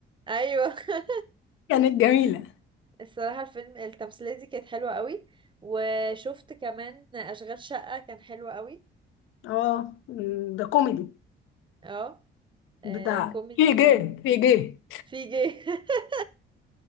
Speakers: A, on the right; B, on the left.
A: ايوه <laughs>
B: كانت جميلة
A: الصراحه الفيلم التمثيليه دي كانت حلوه قوي وشفت كمان اشغال شقه كان حلو قوي
B: اه مم، ده كوميدي
A: اه آه،
B: بتاع
A: كوميدي
B: في جد في جد
A: في جي <laughs>